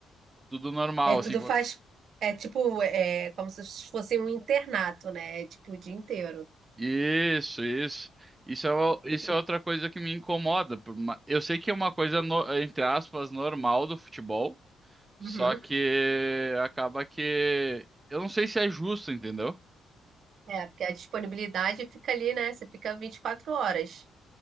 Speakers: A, on the right; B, on the right.
A: tudo normal,
B: É, tudo
A: assim. quando-
B: faz. É tipo, é como se fosse um internato, né? É tipo o dia inteiro.
A: Isso, isso. Isso é, o- isso é outra coisa que me incomoda. por ma- Eu sei que é uma coisa, no- entre aspas, normal do futebol, só
B: Uhum.
A: que acaba que... Eu não sei se é justo, entendeu?
B: É, porque a disponibilidade fica ali, né? Você fica 24 horas.